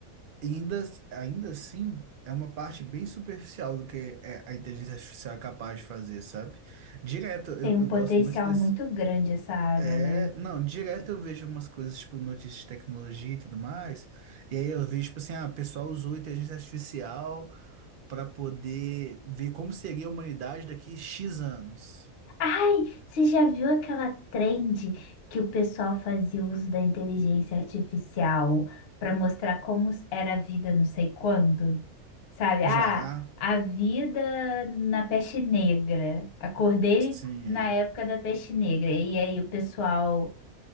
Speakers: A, on the right; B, on the left.
A: ainda, ainda assim, é uma parte bem superficial do que é- a inteligência artificial é capaz de fazer, sabe? Direto, eu,
B: tem um
A: eu
B: potencial
A: gosto muito desse.
B: muito grande essa área,
A: É,
B: né?
A: não, direto eu vejo umas coisas, tipo, notícias de tecnologia e tudo mais. E aí eu vejo, tipo assim, ah, o pessoal usou inteligência artificial. para poder ver como seria a humanidade daqui X anos.
B: Ai, você já viu aquela trend que o pessoal fazia uso da inteligência artificial para mostrar como era a vida não sei quando? Sabe?
A: Já,
B: Ah, a vida na peste negra. Acordei
A: sim,
B: na
A: é.
B: época da peste negra. E aí o pessoal